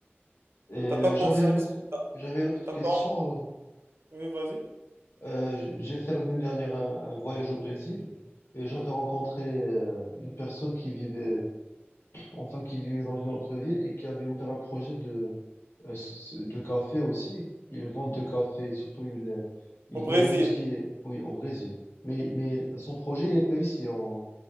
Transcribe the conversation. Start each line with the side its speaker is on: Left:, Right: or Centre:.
Left: Et euh,
Right: T'as pas pensé
Left: j'avais
Right: à,
Left: une
Right: ex-
Left: autre, j'avais une autre
Right: T'as
Left: question.
Right: pas en-
Left: Alors,
Right: Oui, vas-y.
Left: Euh, j- j'ai fait l'année dernière un, un voyage au Brésil et j'avais rencontré euh, une personne qui vivait, enfin qui vivait dans une autre ville et qui avait ouvert un projet de euh, s- de café aussi. Ils vendent de café, surtout ils euh, ils
Right: Au Brésil.
Left: vendaient tout ce qui est, oui, au Brésil. Mais mais son projet était ici en-